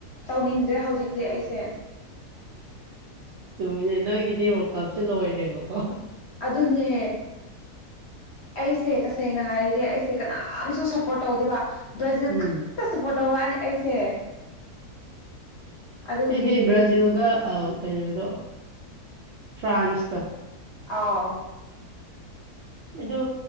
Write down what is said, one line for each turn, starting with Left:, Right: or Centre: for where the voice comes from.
Left: ꯇꯧꯅꯤꯡꯦ ꯗ꯭ꯔꯦ ꯍꯧꯖꯤꯛꯇꯤ ꯑꯩꯁꯦ
Right: ꯆꯨꯝꯃꯤꯅꯦ ꯅꯣꯏꯒꯤꯗꯤ ꯔ ꯀꯞꯁꯦ ꯂꯣꯏꯔꯦꯕꯀꯣ
Left: ꯑꯗꯨꯅꯦ ꯑꯩꯁꯦ ꯇꯁꯦꯡꯅ ꯍꯥꯏꯔꯤꯗꯤ ꯑꯩꯁꯦ ꯀꯅꯥꯝꯁꯨ ꯁꯞꯄꯣꯔꯠ ꯇꯧꯗꯕ ꯕ꯭ꯔꯥꯖꯤꯜ
Right: ꯎꯝ
Left: ꯈꯛꯇ ꯁꯞꯄꯣꯔꯠ ꯇꯧꯕ ꯋꯥꯅꯤ ꯑꯩꯁꯦ ꯑꯗꯨꯒꯤ
Right: ꯑꯩꯗꯤ ꯕ꯭ꯔꯥꯖꯤꯜꯒ ꯑ ꯀꯩꯅꯣꯗꯣ ꯐ꯭ꯔꯥꯟꯁꯇꯣ
Left: ꯑꯥꯎ
Right: ꯑꯗꯨ